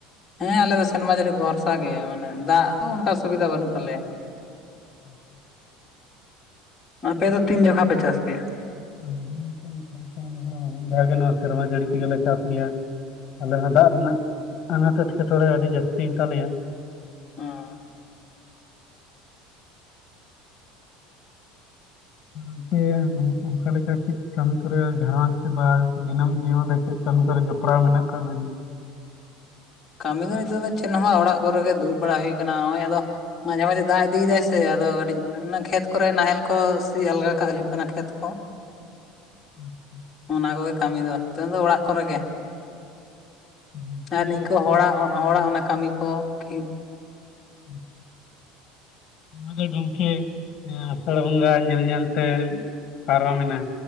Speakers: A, on the left; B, on the left.
A: ᱦᱮᱸ ᱟᱞᱮ ᱫᱚ ᱥᱮᱨᱢᱟ ᱡᱟᱹᱲᱤ ᱵᱚᱨᱥᱟ ᱜᱮ ᱢᱟᱱᱮ ᱫᱟᱜ ᱫᱚ ᱚᱝᱠᱟ ᱥᱩᱵᱤᱫᱷᱟ ᱵᱟᱹᱱᱩᱜ ᱛᱟᱞᱮᱭᱟ᱾
B: <inaudible>
A: ᱟᱯᱮ ᱫᱚ ᱛᱤᱱ ᱡᱚᱠᱷᱟ ᱯᱮ ᱪᱟᱥ ᱠᱮᱭᱟ?
B: <unintelligible> ᱵᱷᱟᱜᱮ ᱱᱚᱣᱟ ᱥᱮᱨᱢᱟ ᱡᱟᱹᱲᱤ ᱛᱮᱜᱮᱞᱮ ᱪᱟᱥ ᱜᱮᱭᱟ᱾ ᱟᱞᱮ ᱦᱚᱸ ᱫᱟᱜ ᱨᱮᱱᱟᱜ ᱟᱱᱟᱴ ᱮᱴᱠᱮᱴᱚᱬᱮ ᱟᱹᱰᱤ ᱡᱟᱹᱥᱛᱤ ᱜᱮ ᱛᱟᱞᱮᱭᱟ᱾
A: ᱟᱸ
B: ᱟᱯᱮ ᱱᱚᱝ ᱚᱱᱠᱟ ᱞᱮᱠᱟ ᱪᱮᱫ ᱠᱟᱹᱢᱤ ᱠᱚᱨᱮ ᱜᱷᱟᱨᱚᱧᱡᱽ ᱵᱟ ᱫᱤᱱᱟᱹᱢ ᱡᱤᱭᱚᱱ ᱨᱮ ᱪᱮᱫ ᱠᱟᱹᱢᱤ ᱠᱚᱚᱨᱮ ᱡᱚᱯᱲᱟᱣ ᱢᱮᱱᱟᱜ ᱟᱠᱟᱫ ᱵᱤᱱᱟ? <inaudible>
A: ᱠᱟᱹᱢᱤ ᱫᱚ ᱱᱤᱛᱚᱜ ᱫᱚ ᱪᱮᱫ ᱦᱚᱸ ᱵᱟᱝ ᱚᱲᱟᱜ ᱠᱚᱨᱮᱜ ᱫᱩᱲᱵᱲᱟ ᱦᱩᱭ ᱠᱟᱱᱟ ᱱᱚᱜᱼᱚᱭ ᱟᱫᱚ ᱢᱟᱡᱷᱮ ᱢᱟᱡᱷᱮ ᱫᱟᱜ ᱤᱫᱤᱭᱮᱫᱟᱭ ᱥᱮ ᱟᱫᱚ ᱠᱟᱹᱴᱤᱡ ᱠᱷᱮᱛ ᱠᱚᱨᱮ ᱱᱟᱦᱮᱞ ᱠᱚ ᱥᱤ ᱟᱞᱜᱟ ᱠᱟᱜ ᱦᱩᱭᱩᱜ ᱠᱟᱱᱟ ᱠᱷᱮᱛ ᱠᱚ᱾
B: <inaudible> <unintelligible>
A: ᱚᱱᱟ ᱠᱚᱜᱮ ᱠᱟᱹᱢᱤ ᱫᱚ ᱱᱤᱛᱚᱝ ᱫᱚ ᱚᱲᱟᱜ ᱠᱚᱨᱮ ᱜᱮ᱾
B: ᱜᱚᱝᱠᱮ
A: ᱟᱨ ᱱᱤᱝᱠᱟᱹ ᱦᱚᱲᱟᱜ ᱦᱚ-ᱦᱚᱲᱟᱜ ᱚᱱᱟ ᱠᱟᱹᱢᱤ ᱠᱚ ᱠᱤ
B: <inaudible> ᱢᱟᱱᱮ ᱜᱚᱝᱠᱮ ᱮᱸ ᱟᱥᱟᱲ ᱵᱚᱸᱜᱟ ᱧᱮᱞ ᱧᱮᱞᱛᱮ ᱯᱟᱨᱚᱢᱮᱱᱟ᱾